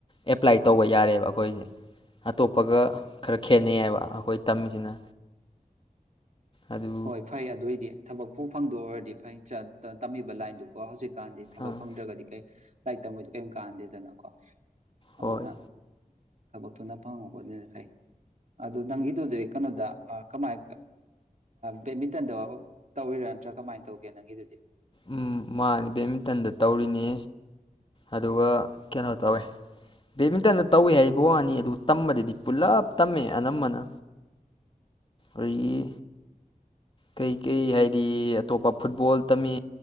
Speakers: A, on the left; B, on the right.
A: ꯑꯦꯄ꯭ꯂꯥꯏ ꯇꯧꯕ ꯌꯥꯔꯦꯕ ꯑꯩꯈꯣꯏꯁꯦ ꯑꯇꯣꯞꯄꯒ ꯈꯔ ꯈꯦꯠꯅꯩꯌꯦꯕ ꯑꯩꯈꯣꯏ ꯇꯝꯃꯤꯁꯤꯅ ꯑꯗꯨ
B: ꯍꯣꯏ ꯐꯩ ꯑꯗꯨꯏꯗꯤ ꯊꯕꯛ ꯎ ꯐꯪꯗꯣꯛ ꯑꯣꯏꯔꯗꯤ ꯐꯩ ꯇꯝꯃꯤꯕ ꯂꯥꯏꯟꯗꯨꯀꯣ ꯍꯧꯖꯤꯛꯀꯥꯟꯗꯤ ꯊꯕꯛ
A: ꯑꯥ
B: ꯐꯪꯗ꯭ꯔꯒꯗꯤ ꯀꯩ ꯂꯥꯏꯔꯤꯛ ꯇꯝꯃꯣꯏꯗꯣ ꯀꯩꯝ ꯀꯥꯟꯗꯦꯗꯅꯀꯣ
A: ꯍꯣꯏ
B: ꯑꯗꯨꯗꯅ ꯊꯕꯛꯇꯨꯅ ꯐꯪꯉꯨꯕꯅꯤꯅ ꯐꯩ ꯑꯗꯨ ꯅꯪꯒꯤꯗꯨꯗꯤ ꯀꯩꯅꯣꯗ ꯀꯃꯥꯏ ꯕꯦꯗꯃꯤꯟꯇꯟꯗꯣ ꯇꯧꯕꯤꯔꯥ ꯅꯠꯇ꯭ꯔꯥ ꯀꯃꯥꯏꯅ ꯇꯧꯒꯦ ꯅꯪꯒꯤꯗꯨꯗꯤ
A: ꯎꯝ ꯃꯥꯅꯤ ꯕꯦꯠꯃꯤꯟꯇꯟꯗ ꯇꯧꯔꯤꯅꯤ ꯑꯗꯨꯒ ꯀꯩꯅꯣ ꯇꯧꯋꯦ ꯕꯦꯠꯃꯤꯟꯇꯟꯗ ꯇꯧꯏꯤ ꯍꯥꯏꯕ ꯋꯥꯅꯤ ꯑꯗꯨ ꯇꯝꯕꯗꯗꯤ ꯄꯨꯂꯞ ꯇꯝꯃꯦ ꯑꯅꯝꯕꯅ ꯑꯩꯒꯤ ꯀꯩꯀꯩ ꯍꯥꯏꯗꯤ ꯑꯇꯣꯞꯄ ꯐꯨꯠꯕꯣꯜ ꯇꯝꯃꯤ